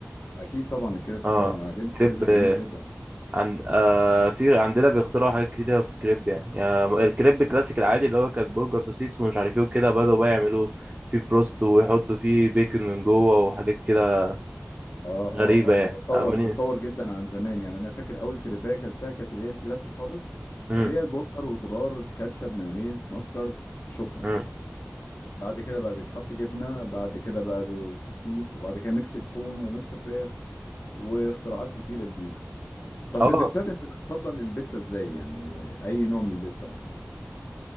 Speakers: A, on the left; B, on the right.
A: اكيد طبعا الكريب
B: اه
A: طبعا انا جبت
B: الكريب
A: كريب جميله جدا
B: عند آه في عندنا بيخترعوا حاجات كتيرة في الكريب يعني, يعني الكريب الكلاسيك العادي اللي هو كان برجر سوسيس ومش عارف ايه وكده بدأوا بقى يعملوا فيه بروست ويحطوا فيه بيكن من جوه وحاجات كده
A: اه اه
B: غريبة
A: اه
B: يعني
A: هو اتطور
B: عاملين
A: اتطور جدا عن زمان يعني انا فاكر اول كريبايه اكلتها كانت اللي هي الكلاسيك خالص
B: امم
A: اللي هي البرجر والخضار الكاتشب مايونيز ماسترد شكرا
B: امم
A: بعد كده بقى بيتحط جبنه بعد كده بقى بالسوسيس وبعد كده ميكس لحوم وميكس فراخ واختراعات كتيره جديده طب
B: اه
A: في البيتزات انت بتفضل البيتزا ازاي يعني اي نوع من البيتزا مثلا